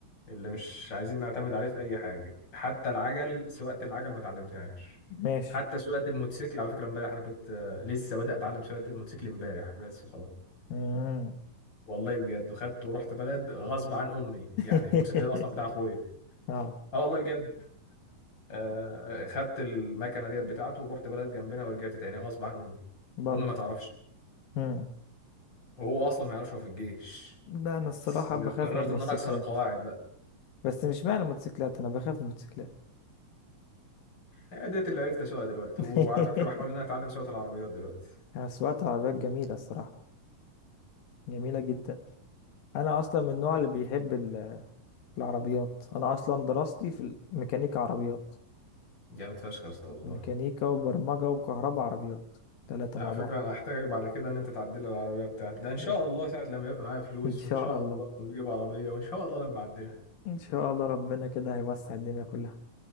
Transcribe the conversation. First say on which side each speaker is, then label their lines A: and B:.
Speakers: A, on the left (about 30°); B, on the left (about 85°).
A: اللي مش عايزين نعتمد عليه في اي حاجه حتى العجل سواقه العجل ما اتعلمتهاش
B: ماشي
A: حتى سواقه الموتوسيكل على فكره امبارح انا كنت آه، لسه بدأ اتعلم سواقه الموتوسيكل امبارح بس وخلاص
B: مم.
A: والله بجد وخدت ورحت بلد غصب عن امي
B: <laughs>
A: يعني الموتوسيكل ده اصلا بتاع اخويا
B: اه
A: اه والله بجد آه، خدت المكنه ديت بتاعته ورحت بلد جنبنا ورجعت تاني غصب عن امي
B: برضه
A: امي ما تعرفش
B: مم.
A: وهو اصلا ما يعرفش هو في الجيش
B: لا أنا الصراحة
A: بس
B: بخاف
A: قررت
B: من الموتوسيكلات
A: ان انا اكسر القواعد بقى.
B: بس مش معنى الموتوسيكلات أنا بخاف من الموتوسيكلات
A: هي ديت اللي عرفت اسوقها دلوقتي وعلى
B: <laughs>
A: فكره بحاول ان انا اتعلم سواقه العربيات دلوقتي
B: أنا سواقة العربيات جميلة الصراحة جميلة جدا أنا أصلا من النوع اللي بيحب ال العربيات انا اصلا دراستي في الميكانيكا عربيات
A: جامد فشخ يا اسطى والله
B: ميكانيكا وبرمجة وكهرباء عربيات ثلاثة
A: على
B: مع
A: فكره
B: بعض
A: انا هحتاجك بعد كده ان انت تعدل لي العربيه بتاعتي ده ان شاء
B: <laughs>
A: الله ساعه لما يبقى معايا فلوس
B: ان شاء
A: وان شاء
B: الله
A: الله لما اجيب عربيه وان شاء الله لما اعدلها
B: ان شاء الله ربنا كده هيوسع الدنيا كلها